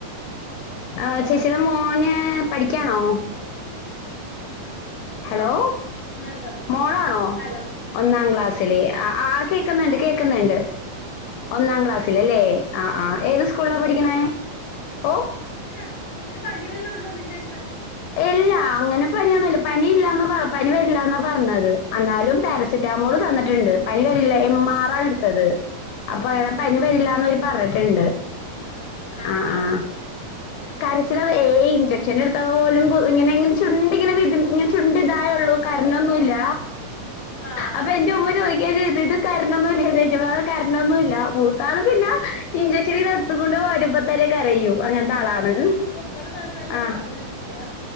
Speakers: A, on the left (about 80°); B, on the left (about 35°).
A: ആ ചേച്ചിയുടെ മോന് പഠിക്കാണോ
B: മോളാ
A: ഹലോ
B: ഒന്നാം ക്ലാസ്സിൽ
A: മോളാണോ
B: ഹലോ
A: ഒന്നാം ക്ലാസ്സില്
B: മോള മോള ഒന്നാം
A: ആ ആ കേക്കുന്നുണ്ട് കേക്കുന്നുണ്ട് ഒന്നാം
B: ക്ലാ
A: ക്ലാസ്സ്ല് ല്ലേ ആ ഏത് സ്കൂളില പഠിക്കണേ
B: ആ
A: ഓ
B: ഇവിടെ കുഞ്ഞിന് പനി വല്ല ഉണ്ടോ നിന്റെ
A: ഇല്ല അങ്ങനെ പനിയൊന്നുംല്ല പനി ഇല്ലാന്നാ പറ പനി വരില്ലന്നാ പറഞ്ഞത് എന്നാലും
B: അറിയൂലല്ലോ
A: പാരസെറ്റാമോൾ തന്നിട്ടുണ്ട് പനി വരില്ല എം ആർ ആണ് എടുത്തത് അപ്പൊ
B: എം
A: അങ്ങനെ പനി വരില്ലന്നോര് പറഞ്ഞിട്ടുണ്ട്
B: ആ കരച്ചിലുണ്ടോ
A: ആ ആ കരച്ചിലത് ഏയ് ഇഞ്ചെക്ഷൻ എടുത്താൽ പോലും ഇങ്ങനെങ്ങനെ ചുണ്ട് ഇങ്ങനെ വിതു ഇങ്ങനെ ചുണ്ട ഇതായുള്ളൂ
B: അയ്യോ
A: കാരഞ്ഞൊന്നൂല്ല
B: പാവം
A: അപ്പൊ എന്റെ ഉമ്മ ചോദിക്ക ചെയ്തിട്ട് കരഞ്ഞൊന്നുല്ല നിജമാ കരഞ്ഞാന്നുല്ല മൂത്താള് പിന്നെ ഇഞ്ചക്ഷ ഇച്ചരി നടത്തിക്കൊണ്ട് വരുമ്പോ തന്നെ കരയൂ അങ്ങനത്തെ ആളാണ്
B: ഒമ്പത് മാസല്ല
A: ആ
B: ഒള്ളു അതിനൻ പറയാ